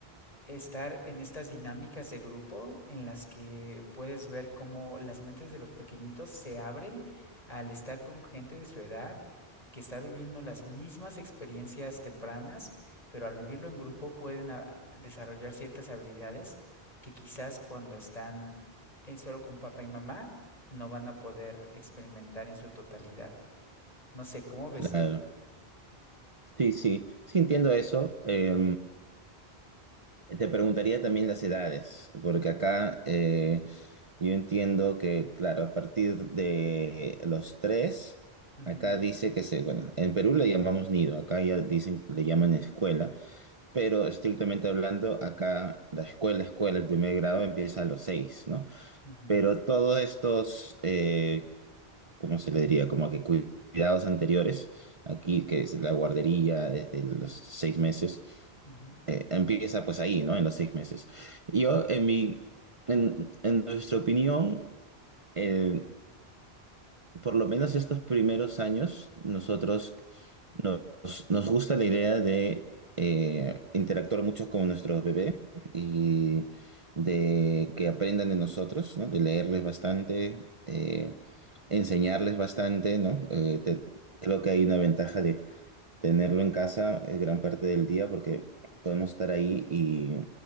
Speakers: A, on the left; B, on the right.
A: estar en estas dinámicas de grupo en las que puedes ver cómo las mentes de los pequeñitos se abren al estar con gente de su edad que está viviendo las mismas experiencias tempranas, pero al vivirlo en grupo pueden a- desarrollar ciertas habilidades que quizás cuando están eh, solo con papá y mamá no van a poder experimentar en su totalidad. No sé, ¿cómo
B: Claro.
A: ves tú?
B: Sí, sí, sí entiendo eso. Eh, te preguntaría también las edades, porque acá eh, yo entiendo que, claro, a partir de los tres,
A: Ujú,
B: acá dice que se, bueno, en Perú le llamamos nido, acá ya dicen, le llaman escuela. pero estrictamente hablando, acá la escuela, escuela, el primer grado empieza a los seis, ¿no?
A: ujú,
B: Pero todos estos, eh, ¿cómo se le diría? Como que cu- cuidados anteriores, aquí que es la guardería desde los seis meses,
A: ujú.
B: eh, empieza pues ahí, ¿no? En los seis meses. Yo, en mi, en, en nuestra opinión, el- por lo menos estos primeros años, nosotros nos, nos gusta la idea de eh, interactuar mucho con nuestros bebés y de que aprendan de nosotros, ¿no? De leerles bastante, eh, enseñarles bastante, ¿no? Eh, te- creo que hay una ventaja Tenerlo en casa es gran parte del día porque podemos estar ahí y,